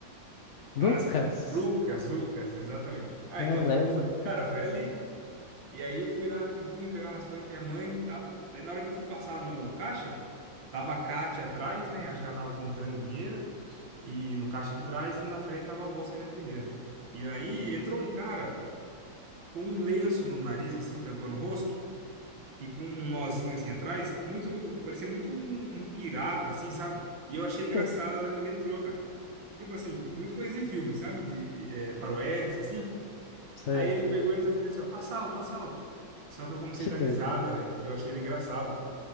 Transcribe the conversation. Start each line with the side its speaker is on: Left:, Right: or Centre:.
Left: Lucas.
Right: ah, esque- Lucas, Lucas, exatamente. Ah,
Left: Eu
Right: então,
Left: lembro.
Right: foi, foi- cara, foi ali. E aí eu fui lá rapidinho pegar umas coisas com minha mãe e tal. Daí na hora que eu fui passar no, no caixa, tava a Kátia atrás, né? Acho que ela tava contando dinheiro. E no caixa de trás e na frente tava a moça me atendendo. E aí entrou um cara. com um lenço no nariz, assim, tampando o rosto, e com um nozinho assim atrás, muito, parecia muito um, um pirata, assim, sabe? E eu achei engraçado
Left: <laughs>
Right: a hora que ele entrou, cara. E, tipo assim, muito coisa de filme, sabe? De é, faroeste, assim.
Left: Sei.
Right: Aí ele pegou e entrou e disse assim, ó, assalto, assalto. Só que eu comecei
Left: Que
Right: a dar risada,
Left: doideira.
Right: velho, porque eu achei ele engraçado.